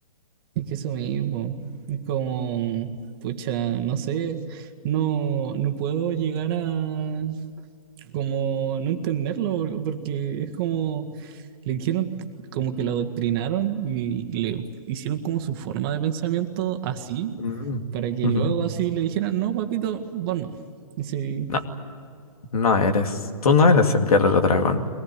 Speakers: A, on the right; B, on the left.
A: Es que eso mismo, es como, pucha, no sé, no, no puedo llegar a como no entenderlo, por- porque es como, le dijeron como que lo adoctrinaron y le hicieron como su forma de pensamiento así,
B: Mm.
A: para que
B: Ujú.
A: luego así le dijeran, no, papito, vos no. Sí,
B: No. No eres, tú no eres el guerrero dragón.